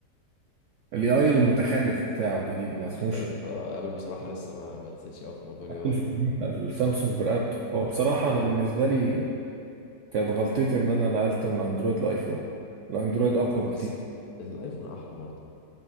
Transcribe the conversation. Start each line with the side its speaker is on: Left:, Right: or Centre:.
Right: الاي اي المتخلف بتاعه الجديد ما
Left: المتخلف
Right: اسموش
Left: اه ابل بصراحه لسه ما ما دستش قوي في موضوع الاي
Right: ابل
Left: اي
Right: في الجديد، السامسونج برقبته هو بصراحه انا بالنسبه لي كانت غلطتي ان انا نقلت من اندرويد لايفون الاندرويد اقوى
Left: اه بس
Right: بكتير
Left: الايفون احلى برضه